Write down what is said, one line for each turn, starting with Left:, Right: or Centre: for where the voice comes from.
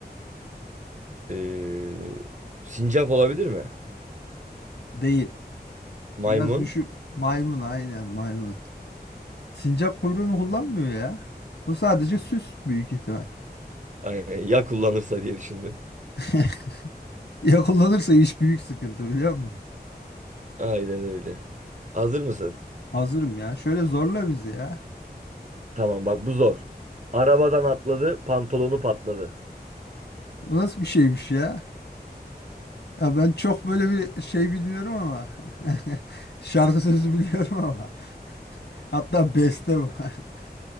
Right: Ee, sincap olabilir mi?
Left: Değil.
Right: Maymun.
Left: Biraz düşü maymun aynen maymun. Sincap kuyruğunu kullanmıyor ya. Bu sadece süs büyük ihtimal.
Right: Aynen, <laughs> ya kullanırsa diye düşündüm.
Left: <laughs> Ya kullanırsa iş büyük sıkıntı biliyor musun?
Right: Aynen öyle. Hazır mısın?
Left: Hazırım ya. Şöyle zorla bizi ya.
Right: Tamam bak bu zor. Arabadan atladı, pantolonu patladı.
Left: Bu nasıl bir şeymiş ya? Ya ben çok böyle bir şey bilmiyorum ama. <laughs> Şarkı sözü biliyorum ama. Hatta beste bu. <laughs>